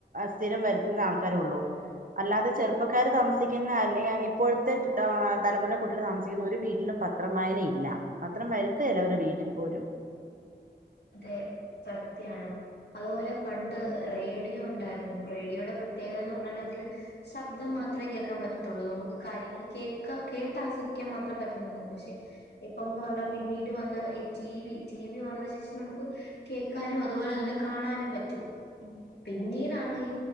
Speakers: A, on the right; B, on the left.
A: സ്ഥിരം വരുത്തുന്ന ആൾക്കാരോള്ളൂ അല്ലാതെ ചെറുപ്പക്കാര് താമസിക്കുന്ന അല്ല ഇപ്പോഴത്തെ തലമുറേലെ കുട്ടികൾ താമ ക്കുന്ന ഒരു വീട്ടിലും പത്രം വായന ഇല്ല പത്രം വര്ത്തെലാ അവരെ വീട്ടിൽ പോലും
B: അതെ സത്യാണ് അതുപോലെ പണ്ട് റേഡിയോ ഉണ്ടായിരുന്നു റേഡിയോയുടെ പ്രത്യേകത എന്ന് പറഞ്ഞാൽ അതില് ശബ്ദം മാത്രമേ കേൾക്കാൻ പറ്റത്തുള്ളൂ നമുക്ക് കാര്യങ്ങൾ കേൾക്ക കേട്ട് ആസ്വദിക്കാൻ മാത്രം പറ്റുന്നു ഒള്ളു പക്ഷെ ഇപ്പംന്ന് പറഞ്ഞാ പിന്നീട് വന്ന ഈ ടി വി ടി വി വന്ന ശേഷം നമുക്ക് കേൾക്കാനും അതുപോലെ തന്നെ കാണാനും പറ്റും
A: ഉം
B: പിന്നീട് ആണ്ഈ